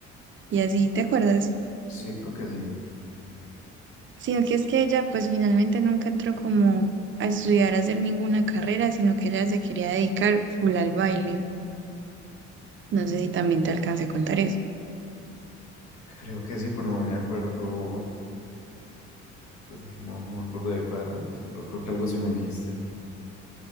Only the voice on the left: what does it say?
Sí, creo que sí.
Creo que sí, pero no me acuerdo, pues no, no me acuerdo de ahí para adelante, pero creo que algo sí me dijiste.